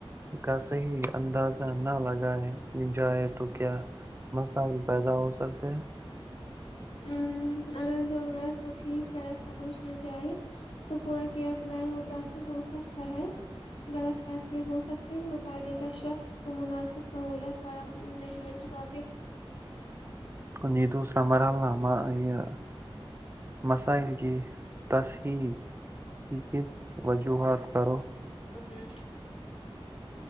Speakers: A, on the right (about 25°); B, on the left (about 80°).
A: کا صحی اندازہ نہ لگائے جائے تو کیا مسائل پیدا ہو سکتے ہیں
B: ا اگر ضرورت کو ٹھیک طرح سمجھ نہ جائے تو پورا کیئر پلن متاثر ہو سکتا ہے غلط فیصلے ہو سکتے اور متعلقہ شخص کو مناسب سہولیات فراہم نہیں ہو مات
A: کو نہیں دوسرا مرح الام یہ مسائل کی تصحیق کی کس وجوہات کرو
B: ہی